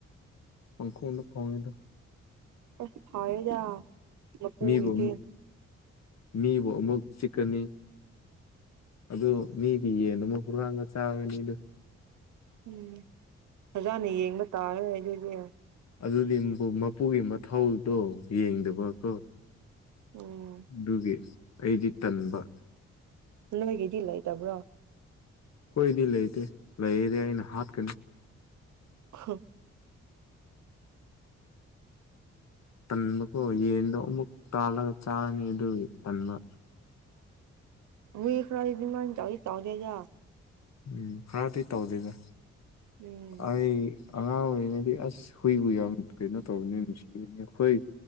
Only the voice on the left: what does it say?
ꯄꯪꯈꯣꯡꯗ ꯈꯣꯡꯉꯦꯗ
ꯃꯤꯕꯨ ꯑꯃꯨꯛ ꯃꯤꯕꯨ ꯑꯃꯨꯛ ꯆꯤꯛꯀꯅꯤ ꯑꯗꯣ ꯃꯤꯒꯤ ꯌꯦꯟ ꯑꯃꯥ ꯍꯨꯔꯥꯟꯂ ꯆꯥꯒꯅꯤꯗ
ꯑꯗꯨꯗꯤ ꯃꯄꯨꯒꯤ ꯃꯊꯧꯗꯣ ꯌꯦꯡꯗꯕ ꯀꯣ
ꯑꯗꯨꯒꯤ ꯑꯩꯗꯤ ꯇꯟꯕ
ꯈꯣꯏꯗꯤ ꯂꯩꯇꯦ ꯂꯩꯔꯗꯤ ꯑꯩꯅ ꯍꯥꯠꯀꯅꯤ
ꯇꯟꯕꯀꫭ ꯌꯦꯟꯗꯛ ꯀꯥꯜꯒ ꯆꯥꯅꯤ ꯑꯗꯨ ꯇꯟꯕ
ꯎꯝ ꯈꯔꯗꯤ ꯇꯧꯗꯦꯗ
ꯑꯩ ꯑꯉꯥꯡ ꯑꯣꯏꯔꯤꯉꯩꯗꯤ ꯑꯁ ꯍꯨꯏ ꯕꯨ ꯌꯥꯝ ꯀꯩꯅꯣ ꯇꯧꯕꯅꯤ ꯅꯨꯡꯁꯤꯕꯅꯤ ꯑꯩꯈꯣꯏ